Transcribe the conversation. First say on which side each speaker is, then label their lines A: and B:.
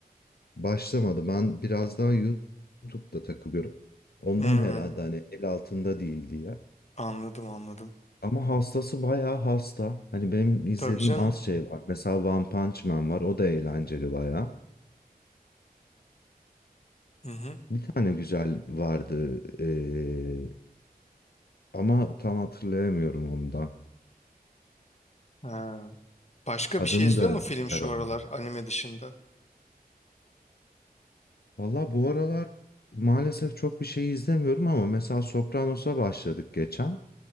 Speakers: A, on the left; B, on the left.
A: Başlamadı. Ben biraz daha YouTube'da takılıyorum. Ondan
B: Hmm.
A: herhalde hani el altında değil diye.
B: Anladım anladım.
A: Ama hastası bayağı hasta. Hani benim izlediğim
B: Tabii canım.
A: az şey var. Mesela One Punch Man var. O da eğlenceli bayağı.
B: Hı hı.
A: Bir tane güzel vardı. eee, ama tam hatırlayamıyorum onu da.
B: Ha. Başka
A: Adını
B: bir şey izliyor
A: da
B: mu film
A: çıkaramadım.
B: şu aralar anime dışında?
A: Valla bu aralar maalesef çok bir şey izlemiyorum ama mesela Sopranos'a başladık geçen.